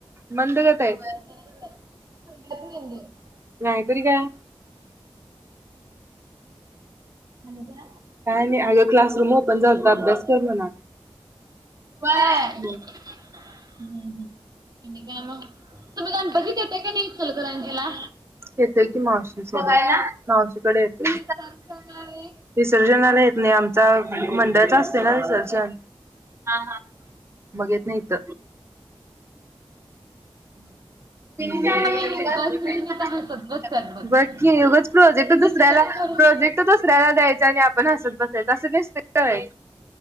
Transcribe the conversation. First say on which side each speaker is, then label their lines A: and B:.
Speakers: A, on the right (about 25°); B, on the right (about 40°).
A: मंद जाताय.
B: होय <unintelligible>
A: नाही तरी काय.
B: <unintelligible>
A: काय नाही. अग क्लासरूम ओपन झाल त अभ्यास कर म्हना.
B: होय.
A: व्हय.
B: हम्म हम्म. आणि काय म? तुम्हि गणपतीत येताय का नाही इचलकरंजी ला.
A: येतोय कि मावशी सोबत. मावशीकडे येतो.
B: विसर्जन आणि
A: विसर्जनाला येत नाही. आमचा मंडळाचा असतोय ना विसर्जन. हा हा. मग येत नाही त.
B: <inaudible>
A: <unintelligible>
B: जिंका मी उगाच नेहमी तर हसत बसतात बघ.
A: बकी उगच प्रोजेक्ट
B: डिस्टर्ब
A: दुसऱ्याला
B: करून
A: प्रोजेक्ट दुसऱ्याला द्यायचा आणि आपण हसत बसायचं अस <unintelligible> होय.